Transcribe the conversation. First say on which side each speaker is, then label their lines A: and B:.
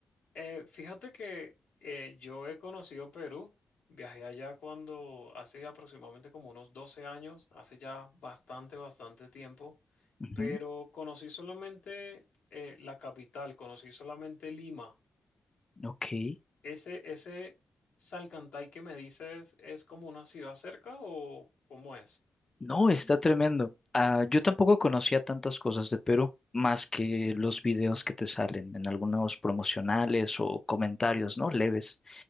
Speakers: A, on the left (about 75°); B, on the left (about 25°).
A: Eh, fíjate que eh, yo he conocido Perú, viajé allá cuando hace aproximadamente como unos 12 años, hace ya bastante, bastante tiempo,
B: Ujú,
A: pero conocí solamente eh, la capital, conocí solamente Lima.
B: Ok.
A: ¿Ese, ese Salcantay que me dices es como una ciudad cerca o cómo es?
B: No, está tremendo. Ah, yo tampoco conocía tantas cosas de Perú, más que los videos que te salen en algunos promocionales o comentarios, ¿no? Leves.